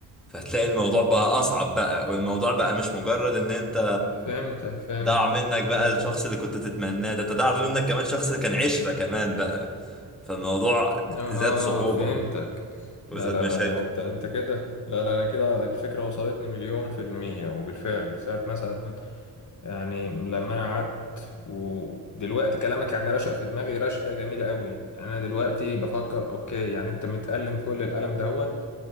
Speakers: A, in the centre; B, on the left.
A: فهتلاقي الموضوع بقى اصعب بقى والموضوع بقى مش مجرد ان انت
B: فهمتك فهمتك
A: ضاع منك
B: فهمت
A: بقى الشخص اللي كنت تتمناه ده انت ضاع منك كمان شخص كان عشره كمان بقى فالموضوع
B: اها
A: زاد صعوبه
B: فهمتك
A: وزاد
B: لا لا
A: مشاكل
B: لا لا انت انت كده لا لا انا كده الفكره وصلتني مليون في الميه وبالفعل ساعه مثلا يعني لما انا قعدت ودلوقتي كلامك يعني رشق في دماغي رشقه جميله قوي يعني انا دلوقتي بفكر اوكي يعني انت متألم كل الألم دوت